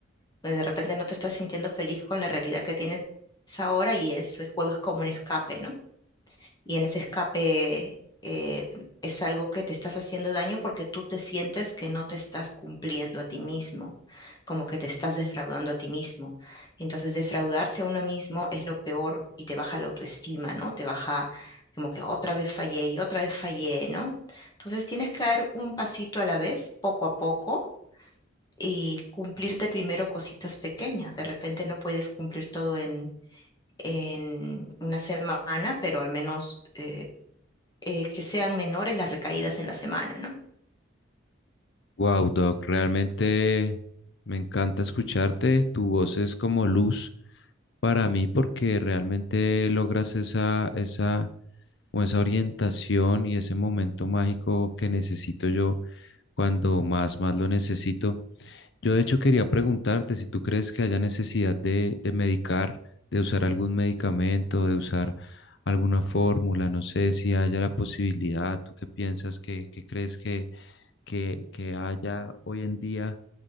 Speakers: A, on the left (about 20°); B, on the left (about 60°).
A: pues, de repente no te estás sintiendo feliz con la realidad que tienes ahora y eso, el juego es como un escape, ¿no? Y en ese escape eh, es algo que te estás haciendo daño porque tú te sientes que no te estás cumpliendo a ti mismo, como que te estás defraudando a ti mismo. Entonces, defraudarse a uno mismo es lo peor y te baja la autoestima, ¿no? Te baja como que otra vez fallé y otra vez fallé, ¿no? Entonces, tienes que dar un pasito a la vez, poco a poco y cumplirte primero cositas pequeñas. De repente no puedes cumplir todo en, en una semana, pero al menos eh, eh, que sean menores las recaídas en la semana, ¿no?
B: Wow, Doc, realmente me encanta escucharte. Tu voz es como luz para mí porque realmente logras esa, esa, o esa orientación y ese momento mágico que necesito yo cuando más, más lo necesito. Yo de hecho quería preguntarte si tú crees que haya necesidad de, de medicar, de usar algún medicamento, de usar alguna fórmula, no sé si haya la posibilidad, ¿tú qué piensas, qué, qué crees que, que, que haya hoy en día